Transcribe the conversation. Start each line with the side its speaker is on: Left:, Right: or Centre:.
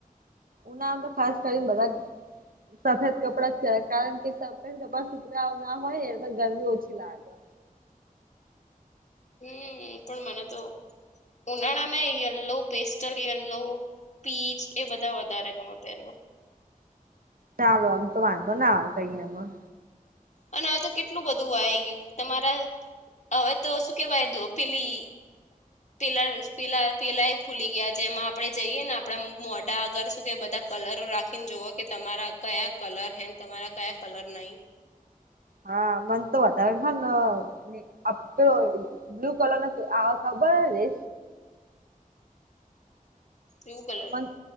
Right: ઉનાળા તો ખાસ કરીને બધા સફેદ કપડાં જ કરે કારણ કે સફેદ કપડાં સુતરા ના હોય ને એટલે ગરમી ઓછી લાગે.
Left: હું પણ મને તો ઉનાળામાં યલ્લો પેસ્ટલ યલ્લો પીચ એ બધા વધારે ગમે પહેરવા.
Right: ચાલો આમ તો વાંધો આવે કહીમાં
Left: અને આ તો કેટલું બધું આ ગયું તમારા. હવે તો શું કેવાય દો પેલી. પેલા, પેલા, પેલા એ ખુલી ગયા જેમાં આપડે જઈએ ને આપણા મોઢા આગર શું કે બધા. કલરો રાખીને જુવ કે તમારા કયા કલર હે તમારા કયા કલર નહીં.
Right: હા મન તો વધારે હને. આપે બ્લુ કલર ના આ ખબર જ હશે.
Left: બ્લુ કલર
Right: બંધ.